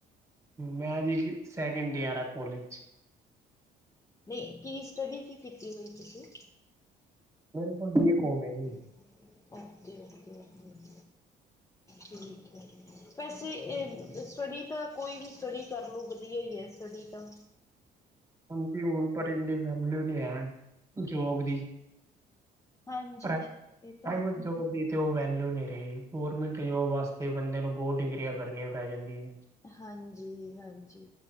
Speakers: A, on the right (about 15°); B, on the left (about 15°).
A: ਮੈ ਵੀਰ ਜੀ ਸੈਕਿੰਡ ਈਅਰ ਆ ਕੋਲਜ ਚ
B: ਨਈਂ ਕੀ ਸਟੱਡੀ ਕੀ ਕੀਤੀ ਹੋਈ ਤੁਸੀਂ।
A: ਮੇਰੇ ਕੋਲ ਬੀ ਕੌਮ ਐ ਜੀ।
B: ਓਕੇ-ਓਕੇ-ਓਕੇ।
A: <inaudible>
B: ਠੀਕ ਐ। ਵੈਸੇ ਏ ਸਟਡੀ ਤਾਂ ਕੋਈ ਵੀ ਸਟਡੀ ਕਰਲੋ ਵਦੀਆ ਈ ਐ ਸਟੱਡੀ ਤਾਂ।
A: ਹਾਂਜੀ ਹੁਨ ਪਰ ਏਨੀ ਵੈਲਿਊ ਨਈ ਐ ਜੋਬ ਦੀ।
B: ਹਾਂਜੀ
A: ਪ੍ਰਾਈ
B: ਇਹ ਤਾਂ
A: ਪ੍ਰਾਈਵੇਟ
B: ਹੈ
A: ਜੌਬ ਵੀ ਤੇ ਓ ਵੈਲਊ ਨਈ ਰਈ ਗੋਰਮੈਂਟ ਜੋਬ ਵਾਸਤੇ ਬੰਦੇ ਨੂੰ ਬੋਤ ਡਿਗਰੀਆਂ ਕਰਨੀਆਂ ਪੈ ਜਾਂਦੀਆਂ ਨੇ।
B: ਹਾਂਜੀ-ਹਾਂਜੀ